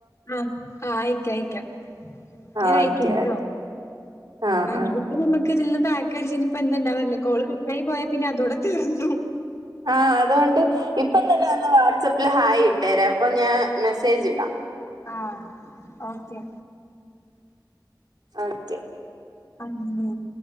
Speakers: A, on the left; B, on the right.
A: ആഹ് ആഹ് അയക്ക അയക്കാം
B: ആഹ്
A: ഞനെ അയക്കിട്ടോ
B: ഓക്കെ ഓക്കെ ആഹ്
A: പി
B: ആഹ്
A: നമുക്ക് ഇതിൽന്ന് പാക്ക് അടച്ച് ഇനിപ്പ ഇന്ന ഉണ്ടാവല്ലേ കോൾ കട്ടായി പോയാ പിന്നെ അതോടെ തീർന്നു
B: ആഹ് അതൊണ്ട് ഇപ്പം തന്നെ അന്ന് വാട്്സപ്പിൽ ഹായ ഇട്ടേരാ അപ്പൊ ഞാൻ മെസ്സേജ് ഇടാം
A: ആഹ് ഓക്കെ
B: ഒക്കെ
A: അങ്ങനെ.